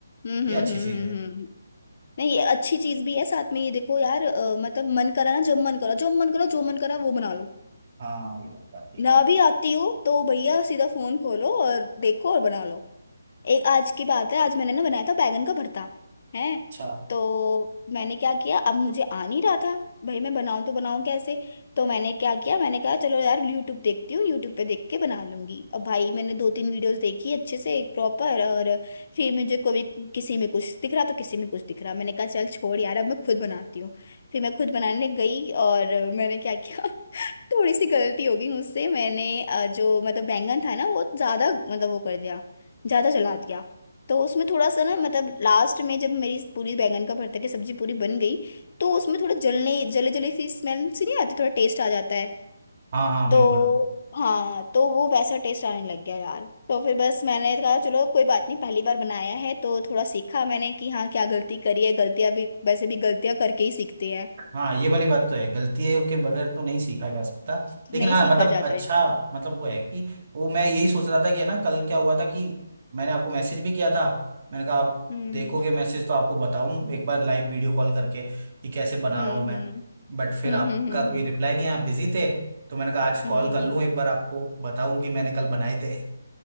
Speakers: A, on the left (about 50°); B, on the right (about 45°).
A: हम्म
B: ये
A: हम्म
B: अच्छी
A: हम्म
B: चीज
A: हम्म
B: है
A: हम्म। हम्म। नहीं ये अच्छी चीज भी है साथ में ये देखो यार अ, मतलब मन करा ना जब मन करा जब मन करा जो मन करा वो बना लो
B: हाँ ये बात भी
A: मैं
B: है
A: अभी आती हूँ तो भैया सीधा फोन खोलो और देखो और बना लो एक आज की बात है आज मैंने ना बनाया था बैगन का भरता है
B: अच्छा
A: तो मैंने क्या किया अब मुझे आ नहीं रहा था भाई मैं बनाऊं तो बनाऊं कैसे तो मैंने क्या किया मैंने कहा चलो यार यूट्यूब देखती हूँ यूट्यूब पे देख के बना लूंगी और भाई मैंने दो तीन वीडियोस देखी अच्छे से एक प्रॉपर और फिर मुझे कभी किसी में कुछ दिख रहा तो किसी में कुछ दिख रहा मैंने कहा चल छोड़ यार अब मैं खुद बनाती हूँ फिर मैं खुद बनाने गई और मैंने क्या किया <laughs> थोड़ी सी गलती हो गई मुझसे मैंने अ, जो मतलब बैंगन था ना वो ज्यादा मतलब वो कर दिया ज्यादा जला दिया तो उसमें थोड़ा सा ना मतलब लास्ट में जब मेरी पूरी बैंगन का भरता की सब्जी पूरी बन गई तो उसमें थोड़ा जलने जले जले सी स्मेल सी नहीं आती थोड़ा टेस्ट आ जाता है
B: हाँ हाँ
A: तो
B: बिल्कुल
A: हाँ तो वो वैसा टेस्ट आने लग गया यार तो फिर बस मैंने कहा चलो कोई बात नहीं पहली बार बनाया है तो थोड़ा सीखा मैंने कि हाँ क्या गलती करी है गलतियां भी वैसे भी गलतियां करके ही सीखते हैं
B: हाँ ये वाली बात तो है गलतियों के बगैर तो नहीं सीखा जा सकता लेकिन
A: नहीं
B: हाँ
A: सीखा
B: मतलब
A: जाता
B: अच्छा
A: है
B: मतलब वो है कि वो मैं यही सोच रहा था कि है ना कल क्या हुआ था कि मैंने आपको मैसेज भी किया था मैंने कहा आप
A: हम्म
B: देखोगे मैसेज तो आपको बताऊं एक बार लाइव वीडियो कॉल करके कि कैसे बना
A: हम्म
B: रहा हूं मैं
A: हम्म हम्म।
B: बट फिर
A: हम्म
B: आपका
A: हम्म हम्म
B: कोई
A: हम्म
B: रिप्लाई नहीं आया आप बिजी थे तो मैंने कहा आज
A: हम्म,
B: कॉल कर लूं एक बार आपको बताऊं कि मैंने कल बनाए
A: हम्म।
B: थे